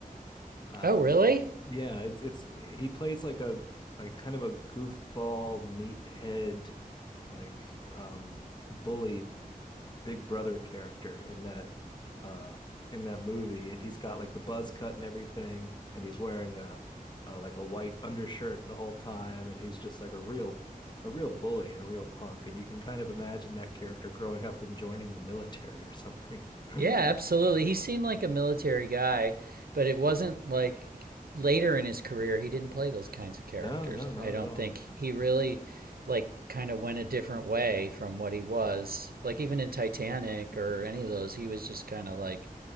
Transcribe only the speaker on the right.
Oh, really?
Yeah, absolutely. He seemed like a military guy, but it wasn't like later in his career he didn't play those kinds of characters.
I don't
think he really like kind of went a different way from what he was. Like even in Titanic or any of those, he was just kind of like